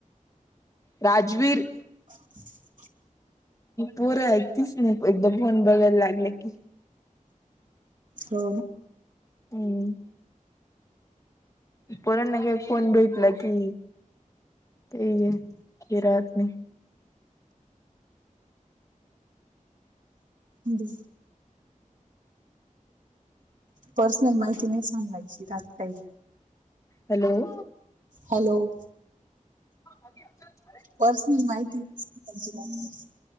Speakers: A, on the left; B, on the right.
A: राजवीर,,
B: स,
A: पर ऐकतीच नाही एकदा फोन बघायला लागले की
B: हो
A: हम् परांना का फोन भेटला की ते,, आहे राात नेऽ
B: बर, पर्सनल माहिती नाही सांगायची त्याात काई,,
A: हॅलो,,
B: हॅलो,,
A: स
B: पर्सनल माहिती सांगायची नाहीऽ